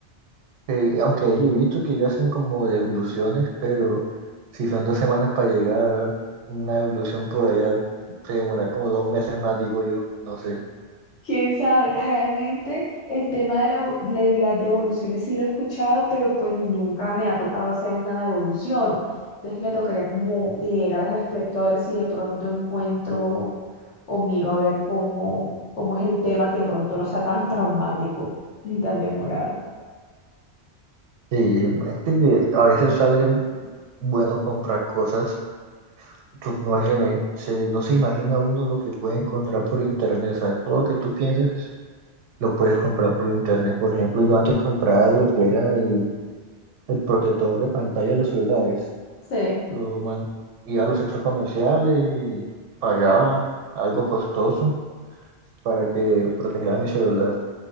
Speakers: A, on the right; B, on the left.
A: Eh, aunque yo he visto que ellos hacen como devoluciones, pero si son dos semanas para llegar, una devolución por allá se demora como dos meses más, digo yo. No sé.
B: Quién sabe, realmente el tema de, la- de las devoluciones sí lo he escuchado, pero pues nunca me ha tocado hacer una devolución. Entonces me tocaría como leer al respecto a ver si de pronto encuentro o miro a ver cómo, cómo es el tema que de pronto no sea tan traumático ni tan demorado.
A: Sí, este que a veces sale. Bueno, comprar cosas, tú no se, me- se- no se imagina uno lo que puede encontrar por internet, o sea, todo lo que tú pienses lo puedes comprar por internet. Por ejemplo, yo antes compraba lo que era el, el protector de pantalla de los celulares,
B: Sí.
A: lo man- iba a los centros comerciales y pagaba algo costoso para que protegiera mi celular.